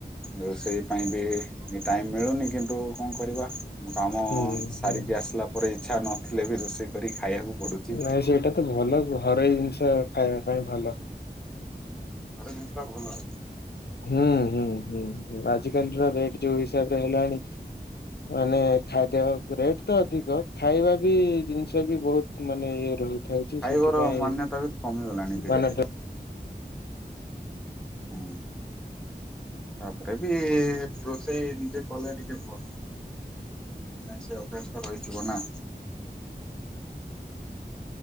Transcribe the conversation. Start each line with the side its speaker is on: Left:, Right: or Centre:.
Centre: ରୋଷେଇ ପାଇଁ ବି ଟାଇମ ମିଳୁନି କିନ୍ତୁ କଣ କରିବା? କାମ
Left: ହୁଁ
Centre: ସାରିକି
Left: ହୁଁ
Centre: ଆସିଲା ପରେ ଇଚଛା ନଥିଲେ ବି ରୋଷେଇ କରି ଖାଇବାକୁ ପଡୁଛି
Left: ନାଇଁ ସେଇଟା ତ ଭଲ ଘରୋଇ ଜିନିଷ ଖାଇବା ପାଇଁ ଭଲ।
Centre: ଘର ଜିନିଷଟା ଭଲ।
Left: ହୁଁ ହୁଁ ହୁଁ ଆଜିକାଲିର ରେଟ ଯୋଉ ହିସାବରେ ହେଲାଣି ମାନେ ଖାଦ୍ୟ ରେଟ ତ ଅଧିକ ଖାଇବା ବି ଜିନିଷ ବି ବହୁତ ମାନେ ଇଏ ରହୁଛି। ହଉଛି
Centre: ଖାଇବାର
Left: ସେଥିପାଇଁ
Centre: ମାନ୍ୟତା ବି କମିଗଲାଣି ଧୀରେ
Left: ମାନେ
Centre: ଧୀରେ ହୁଁ। ତାପରେ ବି ରୋଷେଇ ନିଜେ କଲେ ଟିକେ ଭଲ। ନା ସେ ଅଭ୍ୟାସ ରହିଥିବ ନା?